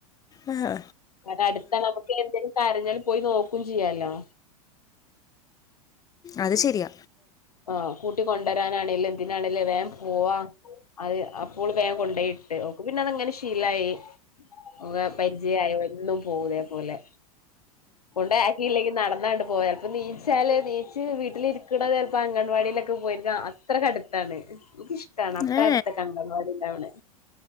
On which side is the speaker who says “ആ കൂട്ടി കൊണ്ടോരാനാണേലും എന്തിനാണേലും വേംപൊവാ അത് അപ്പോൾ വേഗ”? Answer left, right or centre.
Left